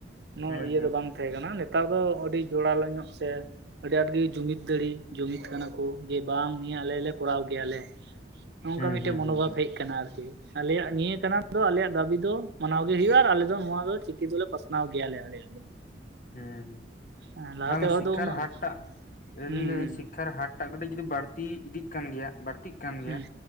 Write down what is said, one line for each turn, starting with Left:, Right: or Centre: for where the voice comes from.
Right: ᱱᱳ
Left: ᱦᱩᱸ
Right: ᱤᱭᱟᱹ
Left: ᱦᱩᱸ
Right: ᱫᱚ ᱵᱟᱝ ᱛᱟᱦᱮᱸ ᱠᱟᱱᱟ ᱱᱮᱛᱟᱨ ᱫᱚ ᱟᱹᱰᱤ ᱡᱚᱲᱟᱞᱳ ᱧᱚᱜ ᱥᱮ ᱟᱹᱰᱤ ᱟᱸᱴ ᱜᱮ ᱡᱩᱢᱤᱫ ᱫᱟᱲᱮ ᱡᱩᱢᱤᱫ ᱠᱟᱱᱟ ᱠᱚ ᱡᱮ ᱵᱟᱝ ᱱᱤᱭᱟᱹ ᱟᱞᱮ ᱞᱮ ᱠᱚᱨᱟᱣ ᱜᱮᱭᱟᱞᱮ᱾ ᱱᱚᱜᱠᱟ
Left: ᱦᱩᱸ
Right: ᱢᱤᱴᱮ
Left: ᱦᱩᱸ
Right: ᱢᱚᱱᱳᱚᱵᱷᱟᱵ
Left: ᱦᱩᱸ ᱦᱩᱸ ᱦᱩᱸ
Right: ᱦᱮᱡ ᱟᱠᱟᱱᱟ ᱟᱨᱠᱤ᱾ ᱟᱞᱮᱭᱟᱜ ᱱᱤᱭᱟᱹ ᱠᱟᱱᱟ ᱫᱚ ᱟᱞᱮᱭᱟᱜ ᱫᱟᱹᱵᱤ ᱫᱚ ᱢᱟᱱᱟᱣ ᱜᱮ ᱦᱩᱭᱩᱜ-ᱟ ᱟᱨ ᱟᱞᱮᱫᱚ ᱱᱚᱶᱟ ᱫᱚ ᱪᱤᱠᱤ ᱫᱚᱞᱮ ᱯᱟᱥᱱᱟᱣ ᱜᱮᱭᱟᱞᱮ᱾ ᱟᱞᱮᱭᱟᱜ ᱫᱚ᱾
Left: ᱦᱚᱸ
Right: ᱦᱮᱸ ᱞᱟᱦᱟᱛᱮ
Left: ᱵᱟᱝᱻᱟ
Right: ᱦᱚᱭᱛᱚ
Left: ᱥᱤᱠᱠᱷᱟᱨ
Right: ᱩᱱᱟᱹᱜ
Left: ᱦᱟᱴᱴᱟᱜ ᱞᱟ <inaudible> ᱟᱹᱞᱤᱧ
Right: ᱦᱩᱸ
Left: ᱥᱤᱠᱠᱷᱟᱨ ᱦᱟᱴᱼᱼᱼ ᱮᱴᱟᱜ ᱠᱟᱹᱴᱤᱡ ᱡᱩᱫᱤ ᱵᱟᱹᱲᱛᱤ ᱤᱫᱤᱜ ᱠᱟᱱ ᱜᱮᱭᱟ ᱵᱟᱹᱲᱛᱤᱜ ᱠᱟᱱ ᱜᱮᱭᱟ
Right: ᱦᱩᱸ